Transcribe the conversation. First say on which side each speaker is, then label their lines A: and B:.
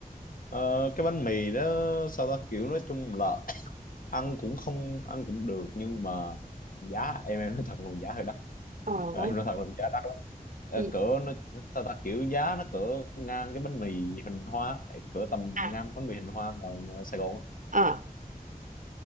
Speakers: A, on the left; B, on the right.
A: ờ, cái bánh mì đó sao ta kiểu nói chung là ăn cũng không ăn cũng được nhưng mà giá em em nói thật là giá hơi đắt
B: Ờ
A: Rồi,
B: không.
A: em nói thật là giá đắt lắm Ờ,
B: Ừ.
A: cỡ nó sao ta kiểu giá nó cỡ ngang cái bánh mì hình hoa cỡ tầm
B: À
A: ngang bánh mì hình hoa ngoài, ngoài Sài Gòn á.
B: ờ